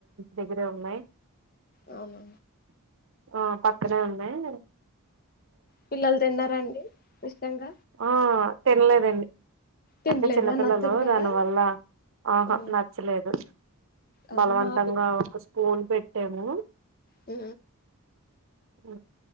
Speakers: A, on the right; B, on the left.
A: దగ్గరే ఉన్నాయి
B: అవును
A: ఆ పక్కనే ఉన్నాయి
B: పిల్లలు తిన్నారండి ఇష్టంగా
A: ఆ తినలేదండి
B: తినలేదా
A: అంటే చిన్నపిల్లలు
B: నచ్చదు కదా
A: దానివల్ల ఆహా
B: ఆ
A: నచ్చలేదు
B: అదే
A: బలవంతంగా
B: మా
A: ఒక స్పూన్ పెట్టాము
B: హ
A: అ